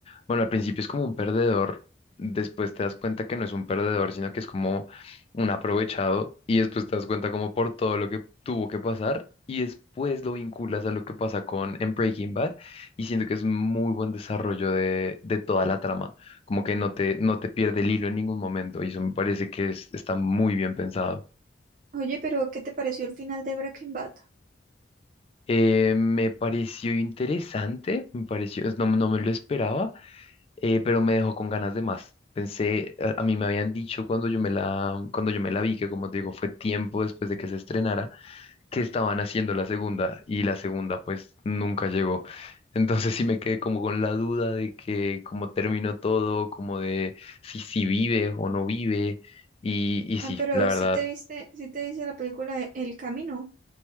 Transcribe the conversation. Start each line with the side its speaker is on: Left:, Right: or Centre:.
Left: bueno, al principio es como un perdedor, después te das cuenta que no es un perdedor, sino que es como un aprovechado y después te das cuenta como por todo lo que tuvo que pasar y después lo vinculas a lo que pasa con en Breaking Bad y siento que es muy buen desarrollo de, de toda la trama, como que no te, no te pierde el hilo en ningún momento y eso me parece que es- está muy bien pensado.
Right: Oye, pero ¿qué te pareció el final de Breaking Bad?
Left: Eh, me pareció interesante, me pareció, es- no, no me lo esperaba, eh, pero me dejó con ganas de más. Pensé, a, a mí me habían dicho cuando yo me la, cuando yo me la vi, que como te digo, fue tiempo después de que se estrenara, que estaban haciendo la segunda y la segunda pues nunca llegó. Entonces sí me quedé como con la duda de que cómo terminó todo, como de si, si vive o no vive. Y, y
Right: Ah,
Left: sí,
Right: pero
Left: la verdad,
Right: si te viste, si te viste la película de El Camino.